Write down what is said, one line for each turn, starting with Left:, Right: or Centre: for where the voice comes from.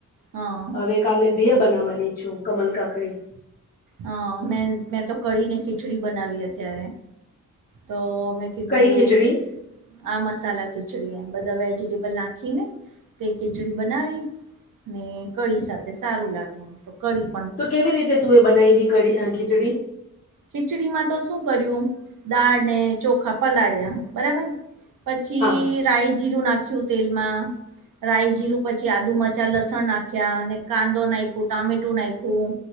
Right: હા
Left: હવે કાલે બીહ બનાવવાની છું કમલ કાકડી
Right: હ મે મેં તો કડી ને ખીચડી બનાવી છે. તો મેં કીધું
Left: કઈ ખીચડી
Right: આ મસાલા ખીચડી એમ બધા વેજીિટેબલ નાખીને તે ખીચડી બનાવી હમ્મ કળી સાથે સારું લાગવું તો કળી
Left: તો કેવી રીતે તું એ બનાવીવી ક ખીચડી
Right: ખીચડીમાં તો શું કર્યું દાળ ને ચોખા પલાળ્યા બરાબર પછી
Left: હા
Right: રાય જીરું નાખ્યું તેલમાં. રાય જીરું પછી આદુ મચા લસણ નાખ્યા અને કાંદો નાખ્યો ટામેટું નાખ્યું